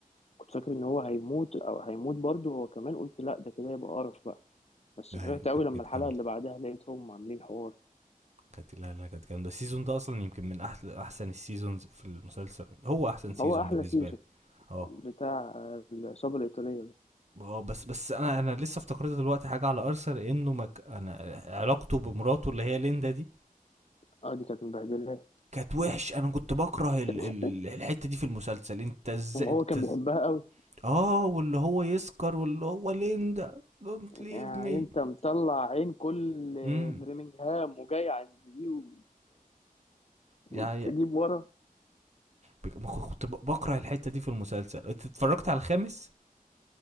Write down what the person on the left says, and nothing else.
كنت فاكر ان هو هيموت او هيموت برضه هو كمان قلت لا ده كده يبقى قرف بقى بس
فرحت
قوي لما
الحلقه
اللي بعدها لقيتهم عاملين حوار
هو احلى
سيزون
بتاع العصابه الايطاليه ده
اه دي كانت مبهدله
<laughs> كانت-
وهو
كان
بيحبها قوي
يعني
انت مطلع عين كل
برمنجهام وجاي عند دي و...
وتجيب ورا